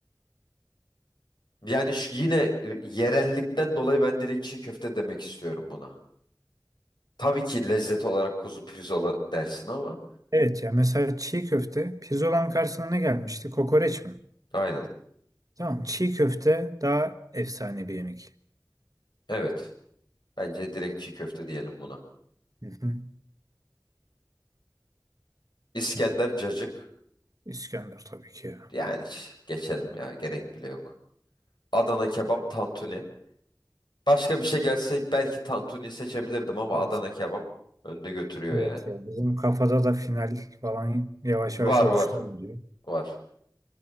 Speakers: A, on the left; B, on the right.
A: Yani şu yine e, yerellikten dolayı ben direkt çiğ köfte demek istiyorum buna. Tabii ki lezzet olarak kuzu pirzola dersin ama.
B: Evet ya mesela çiğ köfte pirzolanın karşısına ne gelmişti? Kokoreç mi?
A: Aynen.
B: Tamam çiğ köfte daha efsane bir yemek.
A: Evet. Bence direkt çiğ köfte diyelim buna.
B: Hı hı.
A: İskender cacık.
B: İskender tabii ki ya.
A: Yani ş- geçelim ya gerek bile yok. Adana kebap, tantuni. Başka bir şey gelse belki tantuni seçebilirdim ama
B: Evet.
A: Adana kebap önde götürüyor
B: Evet
A: yani.
B: ya bizim kafada da final falan yavaş
A: Var
B: yavaş oluştu
A: var
B: bence.
A: var.